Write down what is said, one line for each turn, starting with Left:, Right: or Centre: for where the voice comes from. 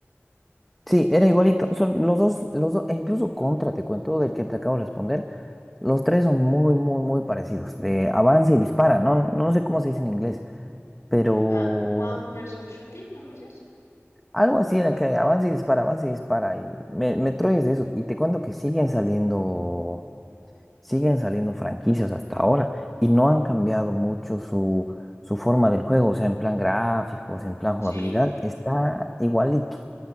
Centre: Sí, era igualito. Son los dos, los dos, e incluso Contra, te cuento, del que te acabo de responder. Los tres son muy, muy, muy parecidos. De avanza y dispara, ¿no? No sé cómo se dice en inglés, pero
Left: Ya, ah, One Person Shooting, algo así es.
Centre: algo así era que avanza y dispara, avanza y dispara. Y me, Metroid es de eso. Y te cuento que siguen saliendo. siguen saliendo franquicias hasta ahora y no han cambiado mucho su, su forma del juego, o sea, en plan gráficos, en plan
Left: Sí,
Centre: jugabilidad, está igualito.